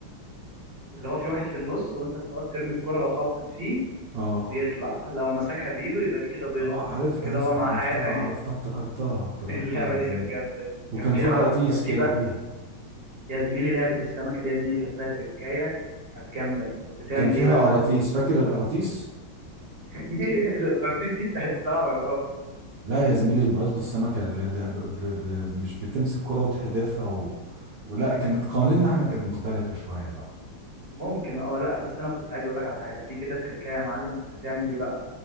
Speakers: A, on the right; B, on the right.
A: اللي هو في واحد في النص وانت بتقعد ترمي الكوره لو خبطت فيه
B: اه
A: بيطلع لو مسكها بايده يبقى دي كده بيضه
B: اه عارفها
A: فكده
B: يا اسطى
A: هو معاه
B: عرفتها
A: حياه تانية
B: عرفتها افتكرتها افتكرتها
A: <laughs> اللعبه
B: يا
A: دي
B: زميلي
A: كانت جامده دي.
B: وكان
A: كان في
B: في
A: حرق
B: قراطيس
A: كان في
B: كده
A: بقى
B: فيها
A: يا زميلي لعبه السمكه دي يا زميلي كان فيها تركايه كانت جامده كنت تعمل
B: كان فيها
A: ايه بقى يا
B: قراطيس
A: معلم
B: فاكر القراطيس
A: <laughs> ده الارتيس دي بتاع السبع بلاطات
B: لا يا زميلي برضو السمكة اللي اللي ب... ب... ب... مش بتمسك كرة وتحدفها و... ولا كانت قوانيننا احنا كانت مختلفة شوية بقى
A: ممكن اه لا بس انا كنت عايز اقول لك على حاجه في كده تركايه يا معلم كنت تعمل ايه بقى